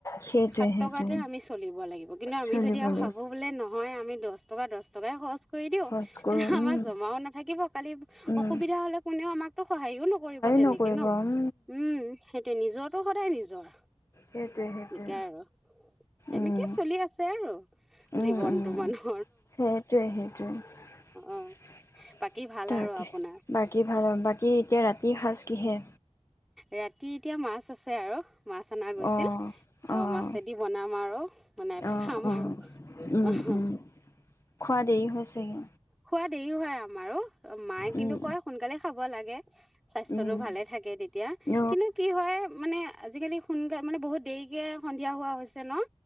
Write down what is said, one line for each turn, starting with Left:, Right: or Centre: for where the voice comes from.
Left: সেইটোৱে
Centre: সাত
Left: সেইটোৱে
Centre: টকাতে আমি চলিব লাগিব কিন্তু আমি
Left: চলিবলৈ
Centre: যদি আৰু ভাবো বোলে নহয় আমি দহ। এটকা টকা দহ টকাই খৰচ কৰি দিও
Left: খৰচ কৰোঁ
Centre: তেতিয়া
Left: উম
Centre: আমাৰ জমাও নাথা কিব। কালি
Left: উম
Centre: অসুবিধা হ'লে কোনেও আমাকতো সহায়ো নকৰিব তেনেকে
Left: নকৰিব
Centre: ন।
Left: উম
Centre: উম, সেইটোৱে নিজৰটো সদায় নিজৰ।
Left: সেইটোৱে সেইটোৱে
Centre: নিকা আৰু, তেনেকেই
Left: উম
Centre: চলি আছে আৰু।
Left: উম
Centre: জীৱনতটো
Left: উম
Centre: মানুহ-
Left: সেইটোৱে সেইটোৱে।
Centre: অ বাকী ভাল
Left: তাকে
Centre: আৰু আপোনাৰ
Left: বাকী ভাল বাকী এতিয়া ৰাতি সাজ কিহে?
Centre: ৰাতি এতিয়া মাছ আছে আৰু। মাছ অনা গৈছিল।
Left: অঁ
Centre: ত'
Left: অঁ
Centre: মাছেদি বনাম আৰু বনাই পেলাই
Left: অঁ
Centre: খাম
Left: অঁ
Centre: আৰু।
Left: উম
Centre: অহ
Left: উম খোৱা দেৰি হৈছেগে
Centre: সোৱাদ দেৰি হয় আমাৰ অ'। মায়ে
Left: উম
Centre: কিন্তু কয় সোনকালে খাব লাগে স্বাস্থ্যতটো
Left: উম
Centre: ভালে থাকে তে এতিয়া
Left: অ',
Centre: কিন্তু কি হয় মানে, আজিকালি সোনকালে মানে বহুত দেৰিকে সন্ধিয়া হোৱা হৈছে ন',?